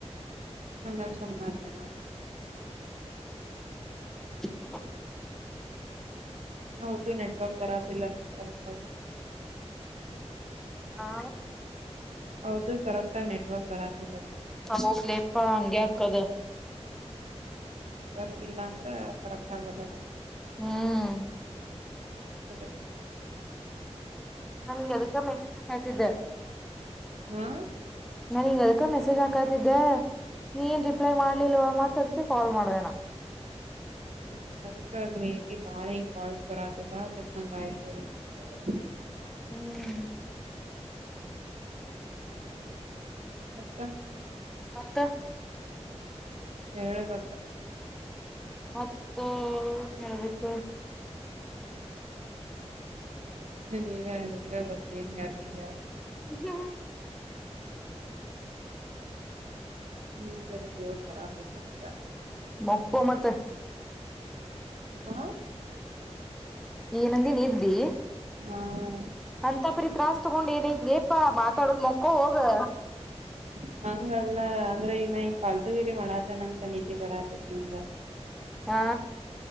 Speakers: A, on the right; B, in the centre.
A: ಆಮೇಲ್ ಸುಮ್ನಾದ್ನೇನೋ
B: ಹ <unintelligible>
A: ಹೌದು ನೆಟ್ವರ್ಕ್ ಬರೋದಿಲ್ಲ ಅಂತ ಕರೆಕ್ಟ ಆಗಿ
B: ಹಾ
A: ಅವ್ರದು ಕರೆಕ್ಟ ಆಗ ನೆಟ್ವರ್ಕ್ ಬರಾತಿಲ್ಲ
B: ಹೌಲ್ಲೇಪ್ಪಾ ಹಗೆಕ್ಕದ
A: ನೆಟ್ ವರ್ಕ್ ಇಲ್ಲ ಅಂದ್ರೆ ಕರೆಕ್ಟ್ ಆಗಲ್ಲ ಅದು
B: ಹ್ಮ್
A: ಹೌದ <inaudible>
B: ನಾನ ಹಿಂಗ ಅದಕ್ಕ ಮೆಸೇಜ್ ಹೇಳ್ತಿದ್ದೆ
A: ಹಾ
B: ನಾನಿಗ ಅದಕ್ಕ ಮೆಸೇಜ್ ಮೆಸೇಜ್ ಹಾಕತಿದ್ದೆ ನೀನ್ ರಿಪ್ಲೈ ಮಾಡ್ಲಿಲ್ವ ಮ ಅದಕ್ಕೆ ಕಾಲ್ ಮಾಡ್ದಣ
A: <inaudible> ಹ ಅದಕ್ಕ ಮೇ ಬಿ ಬಾಳ ಹೆಿಂಗ್ ಕಾಲ್ಸ್ ಬರತ್ತಿಲ್ಲ ಅದಕ್ ಹಂಗ ಆಯ್ತು ಏ್ತ ಗೊತ್ತ
B: ಹ್ಮ್
A: ಹತ್ತ
B: ಮತ್ತೆ
A: ಹೇಳ್ಬೇಕು
B: ಮತೋ ಹೇಳ್ಬೇಕು
A: ನೀನ ನೀನಗ ಬತಿಯಏನು ಗತಿಯ <inaudible>
B: <inaudible>
A: ಈತ ಜೋರ್ ಕರತತನ <inaudible>
B: ಅಕ್ಕೋ ಮತ್ತೆ
A: ಹ
B: ಇನೊಂದಿನ ನೀದ್ದಿ
A: ಹ್ಮ
B: ಅಂತ ಪರಿ ತ್ರಾಸ್ ತಗೊಂಡ್ ಏನೈತ್ಲಿಪಾ ಮಾತಾಡೋದ್ ಮಕ್ಕೋ ಹೋಗು
A: <unintelligible> ಹಂಗಲ್ಲ ಅಂದ್ರೆ ಈಗ ನ ಈಗ ಾಲ್ತಗಿರಿ ಮಳಾತನಂತ ನಿತಿ ಬರತತ್ ನಂಗ
B: ಹಾ